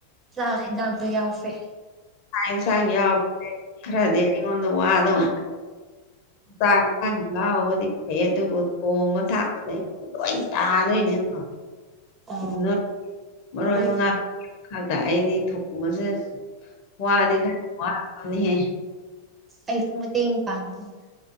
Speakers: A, on the right; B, on the left.
A: ꯆꯥꯛ ꯌꯦꯟꯖꯥꯡꯁꯨ ꯌꯥꯎꯁꯦ
B: ꯁꯟꯁꯥꯡ ꯌꯥꯎꯕꯁ ꯈꯔꯗꯤ ꯑꯩꯉꯣꯟꯗ ꯋꯥꯗꯧ ꯆꯥꯛꯥꯡ ꯂꯥꯎꯕꯗꯤ ꯐꯩ ꯑꯗꯨꯕꯨ ꯊꯣꯡꯕ ꯊꯥꯕꯗ ꯂꯣꯏ ꯇꯥꯗꯣꯏꯅꯦꯗꯣ
A: ꯑꯣ
B: ꯅ ꯃꯔꯣꯏ
A: ꯍꯣꯏ
B: ꯃꯉꯥꯗ ꯑꯩꯗꯤ ꯊꯣꯡꯕꯁꯦ ꯋꯥꯗꯤ ꯈꯔ ꯋꯥꯔꯕꯅꯤꯍꯦ
A: ꯑꯩꯁꯨ ꯃꯇꯦꯡ ꯄꯥꯡꯒꯅꯤꯅ